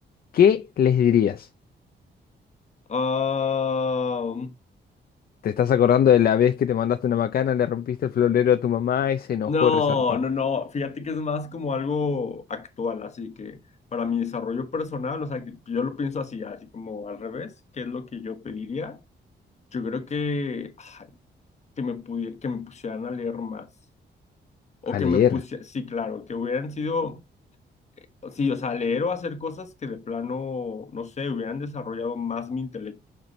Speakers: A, on the left (about 50°); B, on the left (about 35°).
A: ¿Qué les dirías?
B: Ah,
A: ¿Te estás acordando de la vez que te mandaste una macana, le rompiste el florero a tu mamá y se enojó
B: no,
A: resarpa?
B: no, no. Fíjate que es más como algo actual, así que para mi desarrollo personal, o sea, que yo lo pienso así, así como al revés, ¿qué es lo que yo pediría? Yo creo que, ay, que me pudi- que me pusieran a leer más. o
A: A
B: que
A: leer.
B: me puse, sí, claro, que hubieran sido, sí, o sea, leer o hacer cosas que de plano, no sé, hubieran desarrollado más mi intelecto.